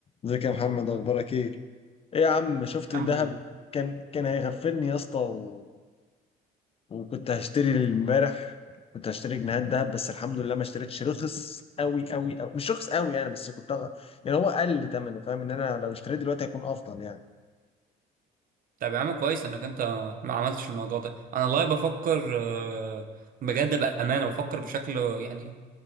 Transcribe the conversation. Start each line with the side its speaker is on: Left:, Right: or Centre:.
Left: ازيك يا محمد اخبارك ايه ايه يا عم شفت
Right: الحمد
Left: الذهب
Right: لله.
Left: كان كان هيغفلني يا اسطى و... وكنت هشتري امبارح كنت هشتري جنيهات ذهب بس الحمد لله ما اشتريتش رخص قوي قوي قوي مش رخص قوي يعني بس كنت أغ... يعني هو قل ثمنه فاهم ان انا لو اشتريت دلوقتي هيكون افضل يعني
Right: طب يا عم كويس انك انت ما عملتش الموضوع ده انا والله بفكر آه، بجد بامانه بفكر بشكل يعني